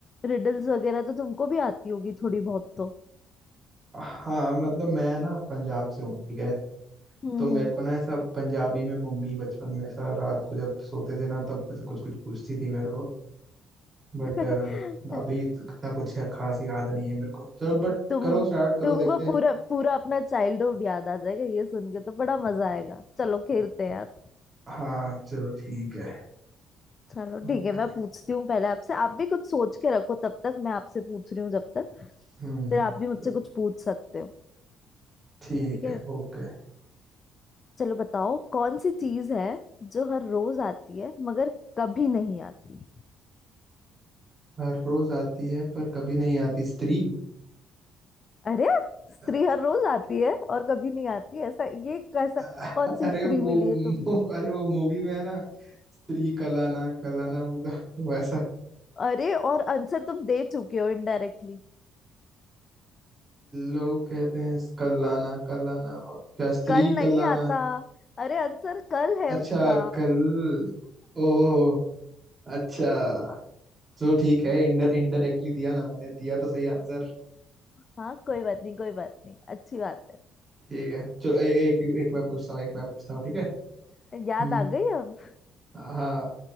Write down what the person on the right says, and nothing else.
हाँ मतलब मैं ना पंजाब से हूँ ठीक है
तो मेरे को ना ऐसा पंजाबी में मम्मी बचपन में ऐसा रात को जब सोते थे ना तब ऐसा कुछ कुछ पूछती थी मेरे को बट
अभी
तो इतना कुछ है, खास याद नहीं है मेरे को चलो बट
करो स्टार्ट करो
देखते हैं
हाँ चलो ठीक है
ओके
हम्म
चलो,
ठीक
है
ओके
हर रोज आती है पर कभी नहीं आती स्त्री
<laughs> अ-
अ-
अरे
वो
<laughs>
मु- अरे वो मूवी में है ना स्त्री कलाना कलाना वो तो <laughs> वैसा
लोग कहते हैं कलाना कलाना और क्या स्त्री
कलाना
अच्छा
कल ओ अच्छा तो ठीक है इंडर इनडायरेक्टली दिया ना मैंने दिया तो सही आंसर
ठीक है चलो ए, एक एक मैं पूछता हूँ एक मैं पूछता हूँ ठीक
है
हाँ